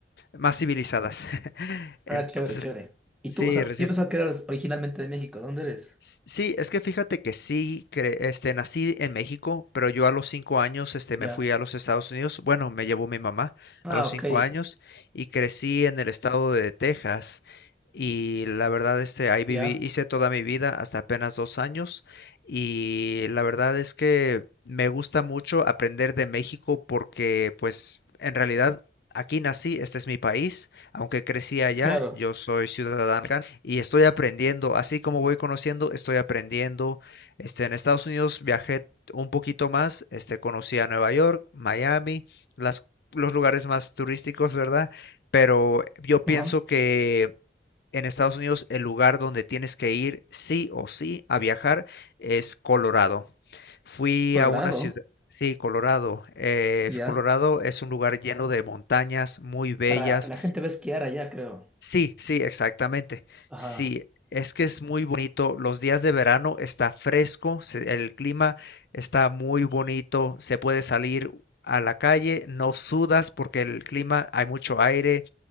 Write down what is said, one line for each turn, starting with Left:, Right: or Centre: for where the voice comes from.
Left: más civilizadas. <laughs> Entonces,
Centre: Ah, chévere, chévere. Y
Left: sí,
Centre: tú, o sea,
Left: recién
Centre: yo pensaba que eras originalmente de México. ¿Dónde eres?
Left: S- Sí, es que fíjate que sí, cre- este, nací en México, pero yo a los cinco años, este, me
Centre: Ya.
Left: fui a los Estados Unidos. Bueno, me llevó mi mamá
Centre: Ah,
Left: a los
Centre: ok.
Left: cinco años y crecí en el estado de Texas. Y la verdad, este, ahí viví,
Centre: Ya,
Left: hice toda mi vida hasta apenas dos años. Y la verdad es que me gusta mucho aprender de México porque, pues, en realidad aquí nací, este es mi país, aunque crecí allá,
Centre: claro.
Left: yo soy ciudadano y estoy aprendiendo. Así como voy conociendo, estoy aprendiendo. Este, en Estados Unidos viajé un poquito más, este, conocí a Nueva York, Miami, las, los lugares más turísticos, ¿verdad? Pero yo pienso
Centre: Ajá.
Left: que en Estados Unidos el lugar donde tienes que ir sí o sí a viajar es Colorado. Fui
Centre: Colorado,
Left: a una ciudad, sí, Colorado. eh,
Centre: ya.
Left: Colorado es un lugar lleno de montañas muy bellas
Centre: Para la gente va a esquiar allá, creo.
Left: Sí, sí, exactamente.
Centre: Ajá.
Left: Sí, es que es muy bonito. Los días de verano está fresco, se- el clima está muy bonito, se puede salir a la calle, no sudas porque el clima hay mucho aire.